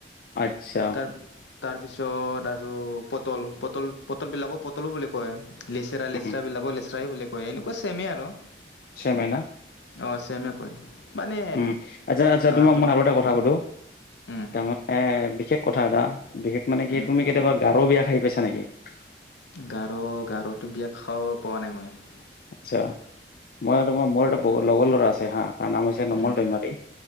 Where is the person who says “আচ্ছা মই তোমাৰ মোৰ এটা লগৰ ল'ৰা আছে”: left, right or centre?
Left